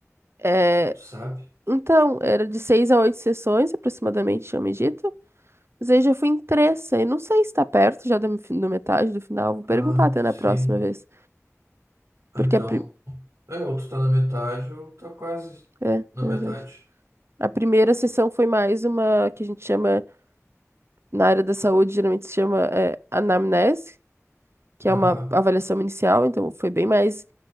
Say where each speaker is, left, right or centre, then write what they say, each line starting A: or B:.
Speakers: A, on the right; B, on the right.
A: É,
B: Tu sabe?
A: Então, era de seis a oito sessões, aproximadamente, tinha me dito. Mas aí já fui em três, aí não sei se tá perto já da mi- da metade do final. Vou perguntar
B: Ah,
A: até
B: sim.
A: na próxima vez.
B: Então,
A: Porque a, pri-
B: é, ou tu tá na metade ou tá quase
A: é,
B: na
A: na
B: metade.
A: verdade. A primeira sessão foi mais uma que a gente chama, na área da saúde, geralmente se chama é, anamnese, que
B: Aham.
A: é uma avaliação inicial. Então, foi bem mais